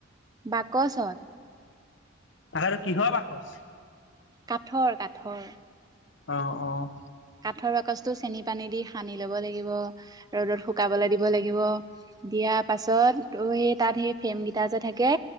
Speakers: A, on the right; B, on the left.
A: বাকচত।
B: তাকে ত আৰু কিহৰ বাকচ?
A: কাঠৰ কাঠৰ।
B: অ অ।
A: কাঠৰ বাকচটো চেনি পানী দি সানি ল'ব লাগিব ৰ'দত শুকাবলৈ দিব লাগিব। দিব দিয়াৰ পাছত তোৰ সেই তাত ফ্ৰেম কেইটা যে থাকে